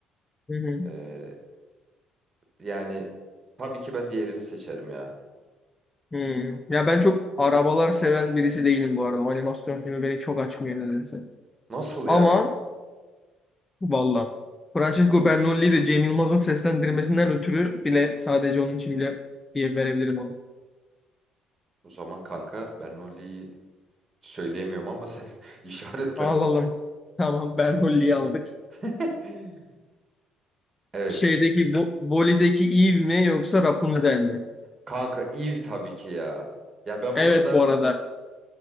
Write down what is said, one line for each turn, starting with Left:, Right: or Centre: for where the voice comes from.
Left: Hı hı.
Right: Ee, yani tabii ki ben diğerini seçerim ya.
Left: Hmm. Ya ben çok arabalar seven birisi değilim bu arada. O animasyon filmi beni çok açmıyor nedense.
Right: Nasıl
Left: Ama
Right: ya?
Left: Valla. Francesco Bernoulli'yi de Cem Yılmaz'ın seslendirmesinden ötürü bile sadece onun için bile diye verebilirim onu.
Right: O zaman kanka, ben Nolly'yi söyleyemiyorum ama sen <laughs> işaretle
Left: Alalım.
Right: kanka.
Left: Tamam Bernoulli'yi aldık.
Right: <laughs> Evet.
Left: Şeydeki bu Voli'deki Eve mi yoksa Rapunzel mi?
Right: Kanka Eve tabii ki ya. Ya ben
Left: Evet
Right: bu kadar
Left: bu arada.